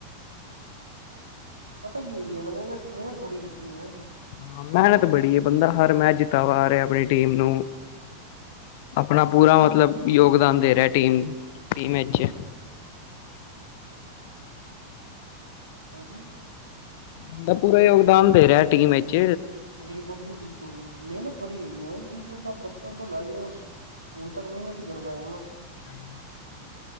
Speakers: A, on the right; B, on the left.
A: ਪਤਾ ਕੀ ਜੀ ਅਗਲੇ ਨੇ ਮਿਹਨਤ ਬੜੀ ਕੀਤੀ ਹੈ ਨਾ ਜੀ।
B: ਹਾਂ ਮਿਹਨਤ ਬੜੀ ਹੈ ਬੰਦਾ ਹਰ ਮੈਚ ਜਿੱਤਾ ਆ ਰਿਹਾ ਆਪਣੀ ਟੀਮ ਨੂੰ। ਆਪਣਾ ਪੂਰਾ ਮਤਲਬ ਯੋਗਦਾਨ ਦੇ ਰਿਹਾ ਟੀਮ- ਟੀਮ ਵਿਚ।
A: ਹਾਂਜੀ।
B: ਬੰਦਾ ਪੂਰਾ ਯੋਗਦਾਨ ਦੇ ਰਿਹਾ ਟੀਮ ਵਿਚ।
A: ਬਿਲਕੁਲ ਜੀ ਬਿਲਕੁਲ ਮਿਹਨਤ ਬੜੀ ਹੈਗੀ ਨਾ ਜੀ ਤੁਸੀਂ ਉਹ ਤਾਂ ਬਚਪਨ ਤੋਂ ਲਾ ਗਏ ਹੋ ਉਸ ਹੁਣ ਤੱਕ ਮਿਹਨਤ ਹੀ ਕਰਦਾ ਆਯਾ ਨਾ।
B: <unintelligible>